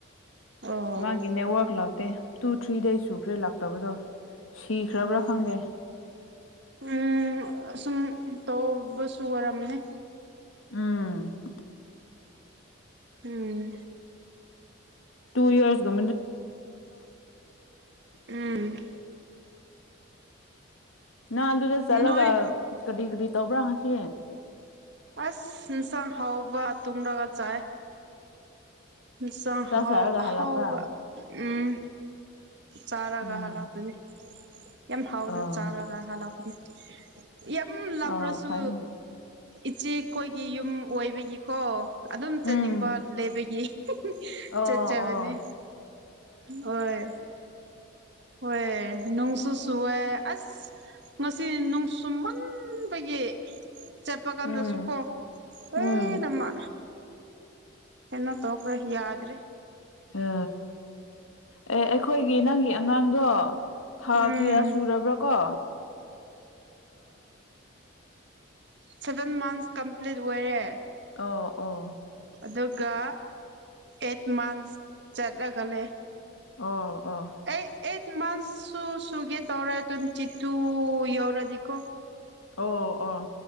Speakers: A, on the right; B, on the left.
A: ꯑꯣ
B: ꯃꯥꯒꯤ ꯅꯦꯠꯋꯔꯛ ꯂꯥꯛꯇꯦ ꯇꯨ ꯊ꯭ꯔꯤ ꯗꯦꯁ ꯁꯨꯈ꯭ꯔꯦ ꯂꯥꯛꯇꯕꯗꯣ ꯁꯤꯈ꯭ꯔꯕ꯭ꯔꯥ
A: ꯑꯣ
B: ꯈꯪꯗꯦ
A: ꯎꯝ ꯁꯨꯝ ꯇꯣ ꯁ ꯑꯣꯏꯔꯝꯅꯦ
B: ꯎꯝ
A: ꯎꯝ
B: ꯇꯨ ꯏꯔꯁꯒ
A: ꯎꯝ
B: ꯅꯪ ꯑꯗꯨꯗ ꯆꯠꯂꯒ
A: ꯅꯣꯏ
B: ꯀꯔꯤ ꯀꯔꯤ ꯇꯧꯕ꯭ꯔꯥ ꯍꯪꯁꯤ
A: ꯑꯁ ꯏꯟꯁꯥꯡ ꯍꯥꯎꯕ ꯇꯨꯡꯔꯒ ꯆꯥꯏ ꯆ
B: ꯆꯥꯛ
A: ꯍꯥꯎ
B: ꯆꯥꯔꯒ ꯍꯜꯂꯛꯄ꯭ꯔꯥ
A: ꯍꯥꯎꯕ ꯎꯝ ꯆꯥꯔꯒ
B: ꯎꯝ
A: ꯍꯜꯂꯛꯄꯅꯤ ꯌꯥꯝ ꯍꯥꯎꯅ
B: ꯑꯥ
A: ꯆꯥꯔꯒ ꯍꯜꯂꯛꯄꯅꯤ ꯌꯥꯝ ꯂꯕ꯭ꯔꯁꯨ
B: ꯑꯥ ꯐꯩꯅꯦ
A: ꯏꯆꯦꯈꯣꯏꯒꯤ ꯌꯨꯝ ꯑꯣꯏꯕꯒꯤ ꯀꯣ ꯑꯗꯨꯝ
B: ꯎꯝ
A: ꯆꯥꯅꯤꯡꯕ ꯂꯩꯕꯒꯤ
B: ꯑꯣ
A: ꯆꯠꯆꯕꯅꯦ
B: ꯑꯣ
A: ꯍꯣꯏ ꯍꯣꯏꯑ ꯅꯨꯡꯁꯨ ꯁꯨꯋꯦ ꯑꯁ ꯉꯁꯤ ꯅꯨꯡꯁꯨꯨꯝꯃꯟꯕꯒꯤ ꯆꯠꯄ ꯀꯥꯟꯗꯁꯨ
B: ꯎꯝ
A: ꯀꯣ ꯍꯣꯏꯅꯃ
B: ꯎꯝ
A: ꯑꯦꯅꯣ ꯇꯒ꯭ꯔꯦ ꯌꯥꯗ꯭ꯔꯤ
B: ꯑ ꯑꯦ ꯑꯩꯈꯣꯏꯒꯤ ꯅꯪꯒꯤ ꯑꯉꯥꯡꯗꯣ ꯊꯥ
A: ꯎꯝ
B: ꯀꯌꯥ ꯆꯨꯔꯕ꯭ꯔꯣ ꯀꯣ
A: ꯁꯚꯦꯟ ꯃꯟꯁ ꯀꯝꯄ꯭ꯂꯤꯠ ꯑꯣꯏꯔꯦ
B: ꯑꯣ ꯑꯣ
A: ꯑꯗꯨꯒ ꯑꯩꯠ ꯃꯟꯁ ꯆꯠꯂꯒ ꯂꯩ
B: ꯑꯣ ꯑꯣ
A: ꯑꯩ ꯑꯩꯠ ꯃꯟꯊꯁꯁꯨ ꯁꯨꯒꯦ ꯇꯧꯔꯦ ꯇ꯭ꯋꯦꯟꯇꯤ ꯇꯨ ꯌꯧꯔꯗꯤꯀꯣ
B: ꯑꯣ ꯑꯣ